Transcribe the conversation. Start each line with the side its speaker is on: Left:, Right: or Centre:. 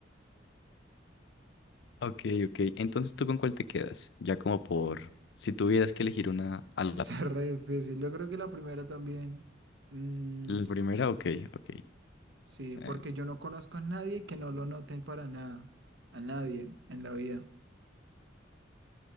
Left: Ok, ok. Entonces, ¿tú con cuál te quedas? Ya como por, si tuvieras que elegir una
Right: <laughs>
Left: al
Right: está
Left: azar.
Right: re difícil. Yo creo que la primera también. Mm,
Left: La primera, ok, ok.
Right: sí, porque
Left: Eh,
Right: yo no conozco a nadie que no lo noten para nada, a nadie en la vida.